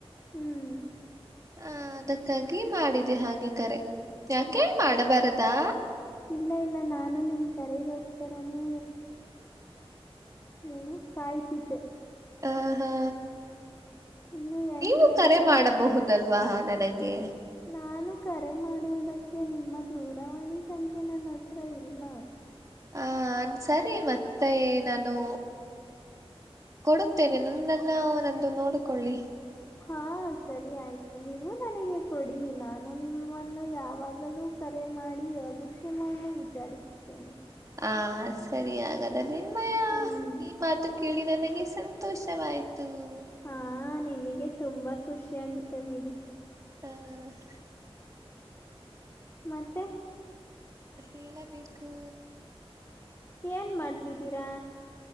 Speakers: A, on the left; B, on the right.
A: ಹ್ಮ್
B: ಹ ಅದಕ್ಕಾಗಿ ಮಾಡಿದೆ ಹಾಗೆ ಕರೆ ಯಾಕೆ
A: ಹೌದಾ
B: ಮಾಡಬಾರದಾ
A: ಇಲ್ಲ ಇಲ್ಲ ನ ನಾನು ನಿಮ್ ಕರೆಗೋಸ್ಕರನೇ ಏನು ಕಾಯ್ತಿದ್ದೆ.
B: ಹ ಹಾ
A: ಇನ್ನು ಯಾಕೆ
B: ನೀವು
A: ನನಗೆ
B: ಕರೆ ಮಾಡಬಹುದಲ್ವಾ. ನಡೆಗೆ
A: ನಾನು ಕರೆ ಮಾಡುವುದಕ್ಕೆ ನಿಮ್ಮ ದೂರವಾಣಿ ಸಂಖ್ಯೆ ನನ್ನ ಹತ್ರ ಇಲ್ಲ.
B: ಆನ್ ಸರಿ ಮತ್ತೆ ನಾನು. ಕೊಡುತ್ತೇನೆ ನಂದನ್ನ ನಂದು ನೋಡ್ಕೊಳ್ಳಿ.
A: ಹಾ ಸರಿ ಆಯ್ತು ನೀವು ನನಗೆ ಕೊಡಿ ನಾ ನಾನು ನಿಮ್ಮನ್ನು ಯಾವಾಗಲೂ ಕರೆ ಮಾಡಿ ಯೋಗಕ್ಷೇಮವನ್ನು ವಿಚಾರಿಸುತ್ತೇನೆ.
B: ಹಾ ಸರಿ ಹಾಗದ ಮ್ಮಯ
A: ಹ್ಮ್
B: ಈ ಮಾತು ಕೇಳಿ ನನ ಸಂತೋಷವಾಯ್ತು ತು
A: ಹಾ ನಿಮಗೆ ತುಂಬಾ ಖುಷಿ ಆಗುತ್ತೆ ಬಿಡಿ.
B: ಹಾ <inaudible>
A: ಮತ್ತೆ
B: ಹೇಳಬೇಕು.
A: ಏನ್ ಮಾಡ್ತಿದ್ದೀರಾ.